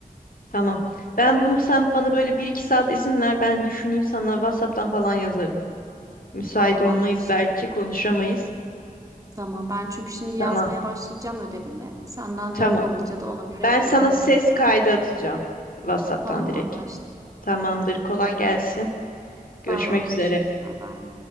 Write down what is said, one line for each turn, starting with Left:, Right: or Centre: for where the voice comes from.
Left: Tamam. Ben bunu sen bana böyle bir iki saat izin ver. Ben düşüneyim sana WhatsApp'tan falan yazarım. Müsait
Right: Tamam
Left: olmayız
Right: anlaştık.
Left: belki konuşamayız.
Right: Tamam ben çünkü şimdi yazmaya
Left: Tamam.
Right: başlayacağım ödevimi. Senden cevap
Left: Tamam.
Right: alınca da ona göre
Left: Ben
Right: ekleme
Left: sana
Right: yaparım.
Left: ses kaydı atacağım. WhatsApp'tan
Right: Tamam
Left: direkt.
Right: anlaştık.
Left: Tamamdır.
Right: Tamam.
Left: Kolay gelsin. Görüşmek
Right: Sağ ol. Görüşürüz.
Left: üzere.
Right: Bay bay.